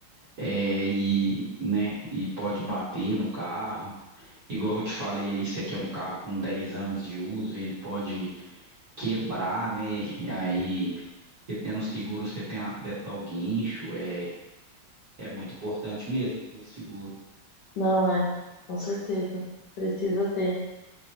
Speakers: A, on the right (about 50°); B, on the left (about 65°).
A: É, e, né, e pode bater no carro. Igual eu te falei aí, esse aqui é um carro com 10 anos de uso, ele pode quebrar, né? Aí, você tendo o seguro, você tem acesso ao guincho, é, é muito importante mesmo ter o seguro.
B: Não é, com certeza. Precisa ter.